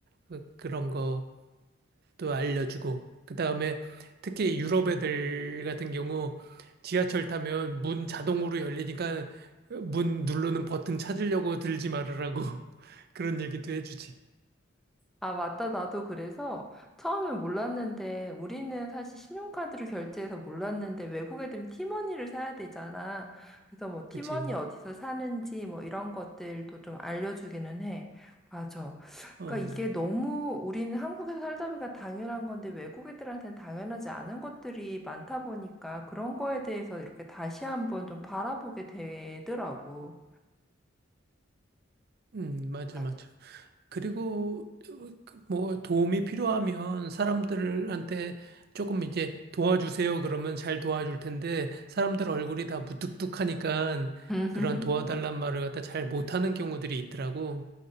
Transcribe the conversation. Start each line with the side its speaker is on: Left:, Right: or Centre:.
Right: 그, 그런 것도 알려주고 그다음에 특히 유럽 애들 같은 경우 지하철 타면 문 자동으로 열리니까 문 누르는 버튼 찾으려고 들지 말으라고 <laughs> 그런 얘기도 해주지.
Centre: 아, 맞다. 나도 그래서 처음엔 몰랐는데 우리는 사실 신용카드로 결제해서 몰랐는데 외국 애들은 티머니를 사야 되잖아. 그래서 뭐 티머니
Right: 그치?
Centre: 어디서 사는지 뭐 이런 것들도 좀 알려주기는 해. 맞아.
Right: 어.
Centre: 그러니까 이게 너무 우리는 한국에서 살다 보니까 당연한 건데 외국 애들한테는 당연하지 않은 것들이 많다 보니까 그런 거에 대해서 이렇게 다시 한번 좀 바라보게 되더라고.
Right: 음, 맞아,
Centre: 맞아.
Right: 맞아. 그리고 어, 그뭐 도움이 필요하면 사람들한테 조금 이제 도와주세요 그러면 잘 도와줄 텐데 사람들 얼굴이 다 무뚝뚝하니까
Centre: <laughs>
Right: 그런 도와달란 말을 갖다 잘 못하는 경우들이 있더라고.